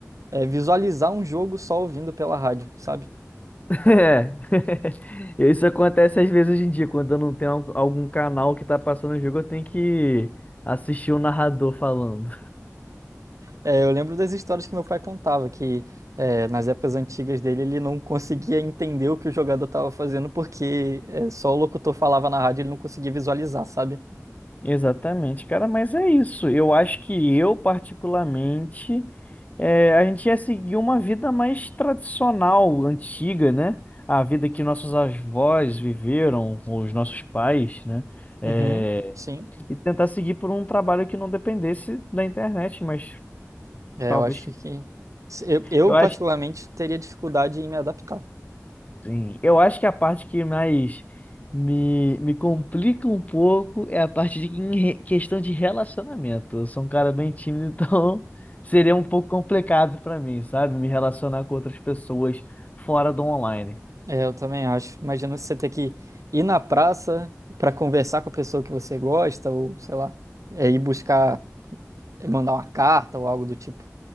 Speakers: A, on the right (about 75°); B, on the left (about 30°).
A: é, visualizar um jogo só ouvindo pela rádio, sabe?
B: É. <laughs> Isso acontece às vezes hoje em dia, quando eu não tenho al- algum canal que tá passando o jogo, eu tenho que assistir o narrador falando.
A: É, eu lembro das histórias que meu pai contava, que é, nas épocas antigas dele ele não conseguia entender o que o jogador estava fazendo porque é, só o locutor falava na rádio e ele não conseguia visualizar, sabe?
B: Exatamente, cara, mas é isso. Eu acho que eu, particularmente, eh, a gente ia seguir uma vida mais tradicional, antiga, né? A vida que nossos avós viveram, ou os nossos pais, né? Eh,
A: Uhum, sim.
B: e tentar seguir por um trabalho que não dependesse da internet, mas
A: É,
B: talvez
A: eu acho
B: que.
A: que. Eu, eu,
B: Eu
A: particularmente,
B: acho
A: teria dificuldade em me adaptar.
B: Sim, eu acho que a parte que mais me, me complica um pouco é a parte de em re- questão de relacionamento. Eu sou um cara bem tímido, então <laughs> seria um pouco complicado pra mim, sabe? Me relacionar com outras pessoas fora do online.
A: É, eu também acho. Imagina você ter que ir na praça para conversar com a pessoa que você gosta, ou sei lá, é, ir buscar, mandar uma carta ou algo do tipo.